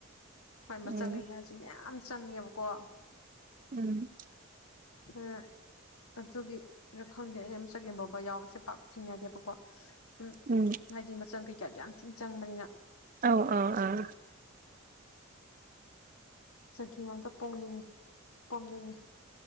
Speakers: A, on the left; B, on the right.
A: ꯍꯣꯏ ꯃꯆꯪ
B: ꯎꯝ
A: ꯀꯩꯀꯥꯁꯨ ꯃꯌꯥꯝ ꯆꯪꯉꯦꯕꯀꯣ
B: ꯎꯝ
A: <unintelligible> ꯑꯗꯨꯒꯤ ꯅꯐꯪꯗꯦ ꯑꯩꯃ ꯆꯒꯦꯝ ꯄꫭꯡꯕ ꯌꯥꯎꯕꯁꯦ ꯄꯥꯛ ꯊꯦꯡꯅꯗꯦꯕꯀꯣ ꯎꯝ
B: ꯎꯝ
A: ꯍꯥꯏꯗꯤ ꯃꯆꯪ ꯀꯩꯀꯥꯗꯣ ꯌꯥꯝ ꯊꯤꯅ ꯆꯪꯕꯅꯤꯅ
B: ꯑꯥꯎ ꯑꯥꯎ ꯑꯥ
A: ꯆꯒꯦꯝ ꯑꯝꯇ ꯄꯣꯡꯅꯤꯡꯉꯦ ꯄꯣꯝꯅꯤꯡꯉꯦ